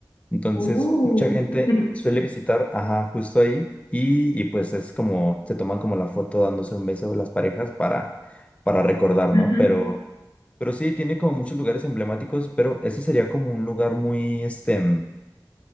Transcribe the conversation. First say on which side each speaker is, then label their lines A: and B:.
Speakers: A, on the left; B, on the left.
A: Entonces,
B: Uh.
A: mucha gente
B: <laughs>
A: suele visitar, ajá, justo ahí y, y pues es como, se toman como la foto dándose un beso las parejas para, para recordar,
B: Ujú.
A: ¿no? Pero, pero sí, tiene como muchos lugares emblemáticos, pero ese sería como un lugar muy, este, mm,